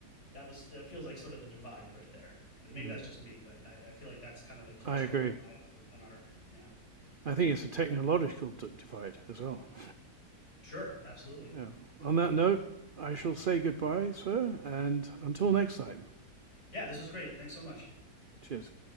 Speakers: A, on the left; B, on the right.
A: that was that feels like sort of the divide right there and maybe
B: Mm.
A: that's just me but i, I feel like that's kind of the cultural
B: I agree.
A: divide on, on art yeah
B: I think it's a technological d- divide as well. <laughs>
A: sure absolutely
B: Yeah. On that note, I shall say goodbye, sir, and until next time.
A: yeah this was great thanks so much
B: Cheers.